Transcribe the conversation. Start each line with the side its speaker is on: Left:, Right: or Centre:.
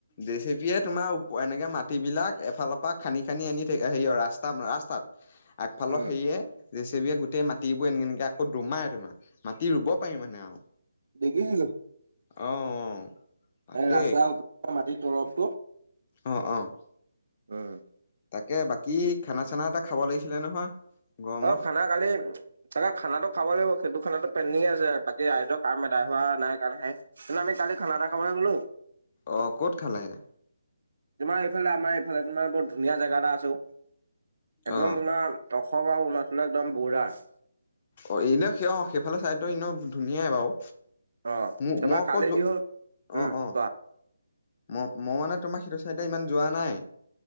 Left: জেচিপিয়ে তোমাৰ এনেকে মাটিবিলাক এফালৰ পৰা খান্দি, খান্দি আনি থাকে, হেৰি ৰাস্তা, ৰাস্তাত। আগফালৰ
Right: উম,
Left: হেৰিয়ে, জেচিবিয়ে গোটেই মাটিবোৰ এনেকে, এনেকে আকৌ দমায়ে, দমায়ে। মাটি ৰুব পাৰি মানে আৰু।
Right: দেখিলো।
Left: অ', অ'। তাকে
Right: সেই ৰাস্তাৰ ওপৰৰ মাটিৰ তৰফটো
Left: অ', অ'।
Right: উম।
Left: তাকে, বাকী খানা-চানা এটা খাব লাগিছিলে নহয়। গৰমত
Right: অ', খানা কালি, তাকে খানাটো খাব লাগিব, সেইটো খানাটো পেন্ডিঙেই আছে। বাকী ৰাইজৰ কাম এদাই হোৱা নাই কাৰণহে, কিন্তু আমি কালি খানা এটা খাবলৈ গলো।
Left: অ', ক'ত খালোগে?
Right: তোমাৰ এইফালে আমাৰ এইফালে, তোমাৰ বৰ ধুনীয়া জেগা এটা আছে অ', একদম
Left: অ
Right: তোমাৰ অসম আৰু অৰুণাচলৰ একদম বৰ্ডাৰ।
Left: অ', এনেও সাইয় সেইফালে চাইডত এনেও ধুনীয়াই বাৰু।
Right: অ
Left: ম
Right: তাৰপৰা
Left: মই <unintelligible>
Right: কালি কি হ'ল উম
Left: অ', অ'।
Right: কোৱা
Left: ম মই মানে তোমাৰ সেইটো সাইদেই ইমান যোৱা নাই,